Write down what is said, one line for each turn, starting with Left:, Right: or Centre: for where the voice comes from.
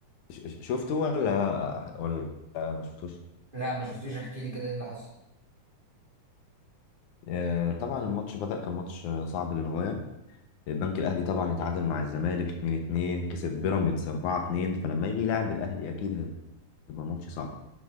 Left: ش- ش- شفته ولا ولا ما شفتوش
Right: لا ما شفتوش احكي لي كده ايه اللي حصل
Left: آه، طبعا الماتش بدأ كان ماتش آه، صعب للغايه البنك الاهلي طبعا اتعادل مع الزمالك 2-2 كسب بيراميدز 4-2 فلما يجي يلعب الاهلي اكيد هيبقى ماتش صعب